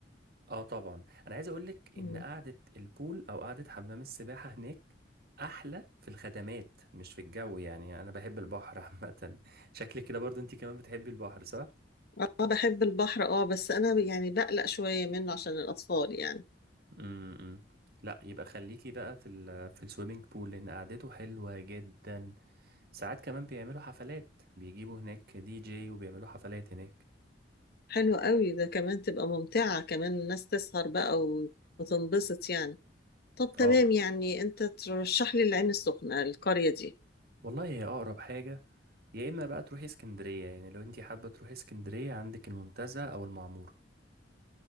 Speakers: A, on the right; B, on the left.
A: اه طبعا انا عايز اقولك
B: مم.
A: ان قعده البول او قعده حمام السباحه هناك احلى في الخدمات مش في الجو يعني انا بحب البحر عامه <laughs> شكلك كده برضو انت كمان بتحبي البحر صح
B: اه بحب البحر اه بس انا يعني بقلق شوية منه عشان الأطفال يعني
A: امم لا يبقى خليكي بقى في ال في السويمنج بول لان قعدته حلوه جدا ساعات كمان بيعملوا حفلات بيجيبوا هناك دي جي وبيعملوا حفلات هناك
B: حلو قوي ده كمان تبقى ممتعة كمان الناس تسهر بقى و- وتنبسط يعني طب تمام
A: اه بقى
B: يعني انت ترشح لي العين السخنة القرية دي
A: والله هي اقرب حاجه يا اما بقى تروحي اسكندريه يعني لو انت حابه تروحي اسكندريه عندك المنتزه او المعموره